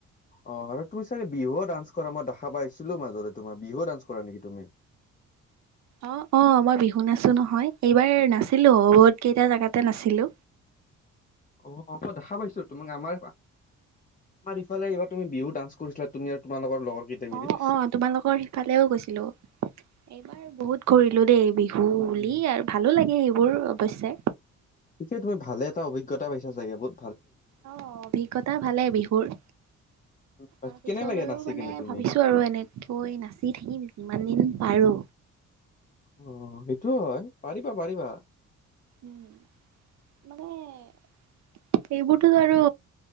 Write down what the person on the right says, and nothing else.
অ - অ মই বিহু নাছো নহয় এইবাৰ নাছিলো বহুত কেইটা জাগাতে নাছিলো।
অ অ, তোমালোকৰ সিফালেও গৈছিলো। এইবাৰ বহুত কৰিূৰিলো দেই বিহু বুলি
আৰু ভালো লাগে সেইবোৰ অৱশ্য।
অ, অভিজ্ঞতা ভালেই বিহুৰ।
তাৰ পিছলৈও
মানে
ভাবিছো আৰু এনেকৈ নাচি থাকিম যিমান দিন পাৰো।
উম মানে। এইবোৰতোতো আৰু